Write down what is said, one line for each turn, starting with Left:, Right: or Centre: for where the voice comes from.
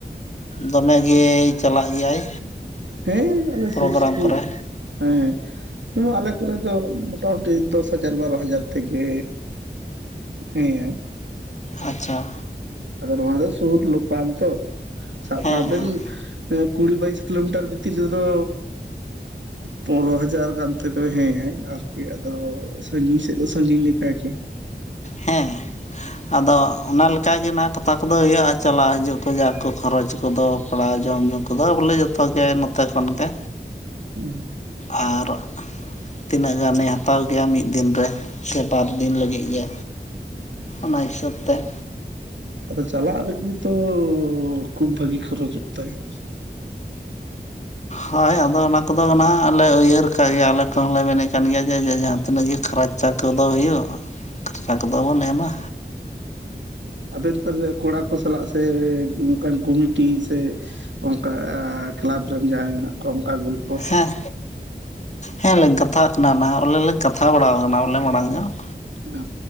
Left: ᱫᱚᱢᱮ ᱜᱮᱭ ᱪᱟᱞᱟᱜ ᱜᱮᱭᱟᱭ᱾
Right: ᱦᱮᱸ ᱟᱞᱮ
Left: ᱯᱨᱳᱜᱨᱟᱢ
Right: ᱥᱩᱨ ᱥᱩᱯᱩᱨ
Left: ᱠᱚᱨᱮ
Right: ᱦᱮᱸ ᱱᱚᱣᱟ ᱟᱞᱮ ᱠᱚᱨᱮ ᱫᱚ ᱢᱳᱴᱟᱢᱩᱴᱤ ᱫᱚᱥ ᱦᱟᱡᱟᱨ ᱵᱟᱨᱚ ᱦᱟᱡᱟᱨ ᱛᱮᱜᱮ ᱦᱮᱸᱭᱟᱭ
Left: ᱟᱪᱪᱷᱟ
Right: ᱟᱫᱚ ᱱᱚᱣᱟ ᱫᱚ ᱥᱩᱨ ᱞᱳᱠᱟᱞ ᱛᱚ᱾ ᱥᱟᱵ
Left: ᱦᱮᱸ
Right: ᱠᱟᱜ ᱵᱮᱱ
Left: ᱦᱮᱸ
Right: ᱠᱩᱲᱤ ᱵᱟᱭᱤᱥ ᱠᱤᱞᱳᱢᱤᱴᱟᱨ ᱵᱷᱤᱛᱤᱨ ᱨᱮᱫᱚ ᱯᱚᱱᱨᱚ ᱦᱟᱡᱟᱨ ᱜᱟᱱ ᱛᱮᱫᱚᱭ ᱦᱮᱸᱭᱟᱭ ᱟᱨᱠᱤ ᱟᱫᱚ ᱥᱟᱺᱜᱤᱧ ᱥᱮᱫ ᱫᱚ ᱥᱟᱺᱜᱤᱧ ᱞᱮᱠᱟ ᱜᱮ᱾
Left: ᱦᱮᱸ ᱟᱫᱚ ᱚᱱᱟ ᱞᱮᱠᱟ ᱜᱮ ᱱᱟᱜ ᱠᱟᱛᱷᱟ ᱠᱚᱫᱚ ᱦᱩᱭᱩᱜᱼᱟ ᱪᱟᱞᱟᱣ ᱦᱤᱡᱩᱜ ᱠᱚ ᱡᱟ ᱠᱚ ᱠᱷᱚᱨᱚᱪ ᱠᱚ ᱫᱚ ᱯᱟᱲᱟᱣ ᱡᱚᱢ ᱧᱩ ᱠᱚᱫᱚ ᱵᱚᱞᱮ ᱡᱚᱛᱚ ᱜᱮ ᱱᱚᱛᱮ ᱠᱷᱚᱱ ᱜᱮ᱾
Right: ᱦᱩ
Left: ᱟᱨᱻ ᱛᱤᱱᱟᱹᱜ ᱜᱟᱱᱮ ᱦᱟᱛᱟᱣ ᱜᱮᱭᱟ ᱢᱤᱫ ᱫᱤᱱ ᱨᱮ ᱥᱮ ᱵᱟᱨ ᱫᱤᱱ ᱞᱟᱹᱜᱤᱫ ᱜᱮ? ᱚᱱᱟ ᱦᱤᱥᱟᱹᱵᱽ ᱛᱮ᱾
Right: ᱟᱫᱚ ᱪᱟᱞᱟᱜ ᱨᱮᱜᱮ ᱛᱚ ᱠᱷᱩᱵ ᱵᱷᱟᱹᱜᱤ ᱠᱷᱚᱨᱚᱪᱚᱜ ᱛᱟᱭᱟ᱾
Left: ᱦᱳᱭ ᱟᱫᱚ ᱚᱱᱟ ᱠᱚᱫᱚ ᱱᱟᱦᱟᱜ ᱞᱮ ᱩᱭᱦᱟᱹᱨ ᱟᱠᱟᱫ ᱜᱮᱭᱟ ᱟᱞᱮ ᱠᱚᱦᱚᱸᱞᱮ ᱢᱮᱱᱮᱫ ᱠᱟᱱ ᱜᱮᱭᱟ ᱡᱮ ᱡᱮ ᱡᱟᱦᱟᱸ ᱛᱤᱱᱟᱹᱜ ᱜᱮ ᱠᱷᱚᱨᱪᱟ ᱠᱚᱫᱚ ᱦᱩᱭᱩᱜ ᱠᱷᱚᱨᱪᱟ ᱠᱚᱫᱚ ᱵᱚᱱ ᱮᱢᱟ᱾
Right: ᱟᱵᱮᱱ ᱛᱟᱦᱞᱮ ᱠᱚᱲᱟ ᱠᱚ ᱥᱟᱞᱟᱜ ᱥᱮ ᱚᱱᱠᱟᱱ ᱠᱚᱢᱤᱴᱤ ᱥᱮ ᱚᱝᱠᱟ ᱠᱞᱟᱵᱽ ᱨᱮᱱ ᱡᱟᱦᱟᱸᱭ ᱢᱮᱱᱟᱜ ᱠᱚᱣᱟ ᱚᱝᱠᱟ ᱜᱚᱞ
Left: ᱦᱮᱸ ᱦᱮᱸ ᱞᱤᱧ ᱠᱟᱛᱷᱟᱜ ᱠᱟᱱᱟ ᱱᱟᱦᱟᱜ ᱵᱚᱞᱮ ᱞᱮ ᱠᱟᱛᱷᱟ ᱵᱟᱲᱟ ᱠᱟᱱᱟ ᱵᱚᱞᱮ ᱢᱟᱲᱟᱝ ᱧᱚᱜ
Right: ᱚ